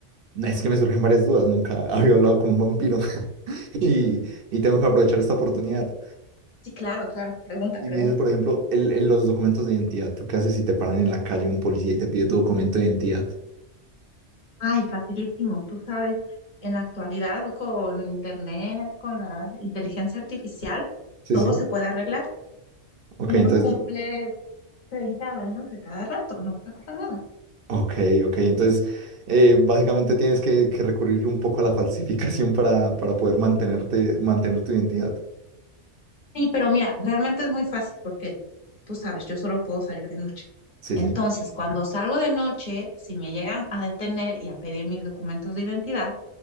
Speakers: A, on the right (about 60°); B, on the left (about 40°).
A: es que me surgen varias dudas. Nunca <laughs> había hablado con un vampiro <laughs> y, y tengo que aprovechar esta oportunidad.
B: Sí, claro, claro, pregunta,
A: Y
B: pregunta.
A: me dices, por ejemplo, el, el- los documentos de identidad. ¿Tú qué haces si te paran en la calle un policía y te pide tu documento de identidad?
B: Ay, facilísimo. Tú sabes, en la actualidad con internet, con la inteligencia artificial,
A: Sí,
B: todo
A: sí.
B: se puede arreglar.
A: Ok,
B: Uno
A: entonces
B: cumple 30 años de cada rato, no pasa nada.
A: Ok, ok. Entonces, eh, básicamente tienes que, que recurrir un poco a la falsificación para, para poder mantenerte, mantener tu identidad.
B: Sí, pero mira, realmente es muy fácil porque tú sabes, yo solo puedo salir de noche.
A: Sí,
B: Entonces,
A: sí.
B: cuando salgo de noche, si me llegan a detener y a pedir mis documentos de identidad,